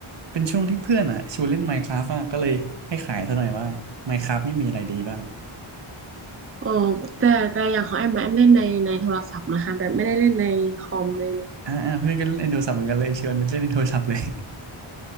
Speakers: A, on the right; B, on the right.
A: เป็นช่วงที่เพื่อนอ่ะชวนเล่น Minecraft มากก็เลยให้ขายซะหน่อยว่า Minecraft นี่มีอะไรดีบ้าง
B: โอ้แต่แต่อย่างของแอมอะแอมเล่นในในโทรศัพท์นะคะแบบไม่ได้เล่นในคอมเลย
A: อ่าอ่าเพื่อนก็เล่นในโทรศัพท์เหมือนกันเลยชวนเล่นในโทรศัพท์เลย